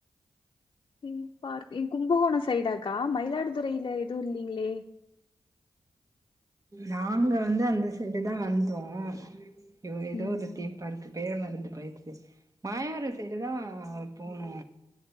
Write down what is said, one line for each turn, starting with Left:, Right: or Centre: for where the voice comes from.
Left: தீம் பார்க் கும்பகோணம் சைடாக்கா மயிலாடுதுறைல எதுவு இல்லிங்களே
Right: நாங்க வந்து அந்த சைடு தா வந்தோம் எ ஏதோ
Left: ம்
Right: ஒரு தீம் பார்க்கு பேரு மறந்து போயிடிச்சு மாயவரம் சைடு தா போனோ